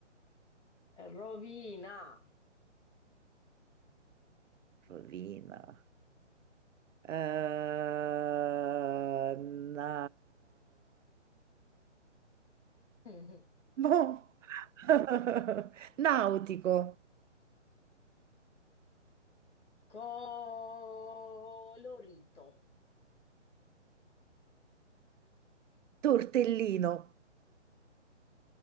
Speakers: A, on the left; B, on the right.
A: Rovina.
B: rovina. eh, na-
A: <laughs>
B: mo- <laughs> nautico,
A: Colorito.
B: tortellino,